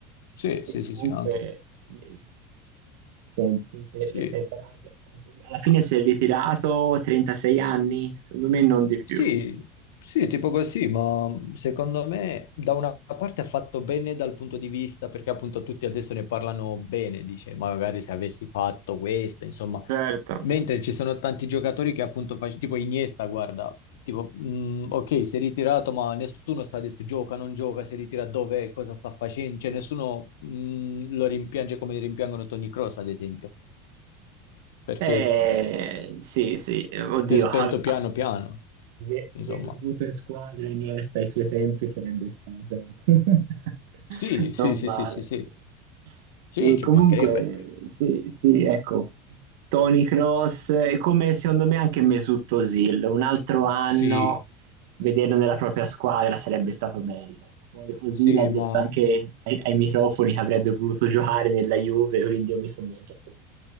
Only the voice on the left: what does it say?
Sì,
sì, sì,
sì, anche.
Sì,
Ah,
sì,
sì, tipo così, ma secondo me da una parte ha fatto bene dal punto di vista, perché appunto tutti adesso ne parlano bene, dice, magari se avessi fatto questo, insomma,
mentre ci sono tanti giocatori che appunto facevano, tipo Iniesta, guarda, tipo, mh, ok, si è ritirato, ma nessuno sa adesso gioca, non gioca, si ritira dove, cosa sta facendo, cioè nessuno mh, lo rimpiange come rimpiangono Toni Kroos, ad esempio. perché
si è spento
piano piano,
insomma.
Sì, sì,
sì,
sì, sì, sì,
sì,
ci
mancherebbe.
Sì,
sì,
ma